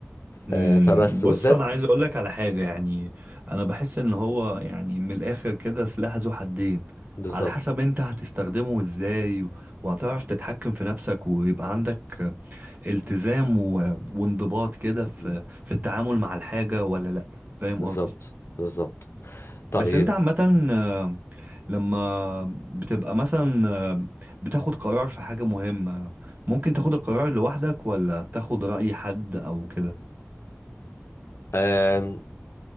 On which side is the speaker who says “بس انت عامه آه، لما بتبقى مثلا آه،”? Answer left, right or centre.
Right